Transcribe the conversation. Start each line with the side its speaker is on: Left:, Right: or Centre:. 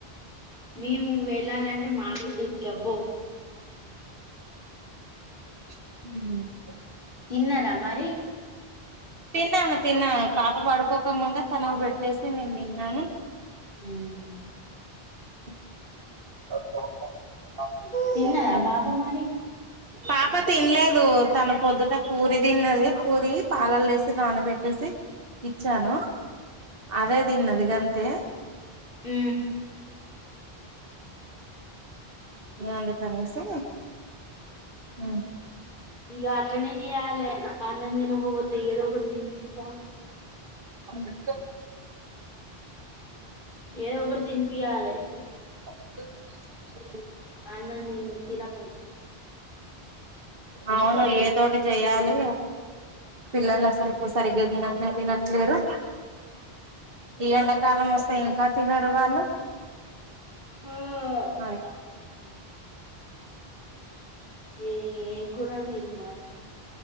Left: మేము వెళ్ళాలంటే మాకు <unintelligible>
Right: మ్
Left: తిన్నార మరి
Right: తిన్నాను తిన్నాను పాప పడుకోకముందే తనకు పెట్టేసి నేను తిన్నాను
Left: మ్
Right: అ ఓకే ఓకే
Left: తిన్నదా పాప మరి
Right: పాప తినలేదు తన పొద్దుట పూరి తిన్నది పూరి పాల్లలో ఏసి నానబెట్టేసి ఇచ్చాను అదే దిన్నది గంతే
Left: మ్
Right: అందుకనేసి మ్
Left: ఇక అట్లనే చేయాలె అన్నం దినకపోతే ఏదో ఒకటి దీన్పితాం
Right: అ
Left: ఏదో ఒకటి తినిపీయాలే ఇగ
Right: స
Left: అన్నం తిని తినకుంటే
Right: అవును ఏదోటి చెయాలి పిల్లలు అసలు ఇగ సరిగ్గా తినట్నే తినట్లేరు ఈ ఎండాకాలం వస్తాయి కా తినరు వాళ్ళు
Left: మ్మ్
Right: అది
Left: ఏ ఎం కూర వండినరు మరి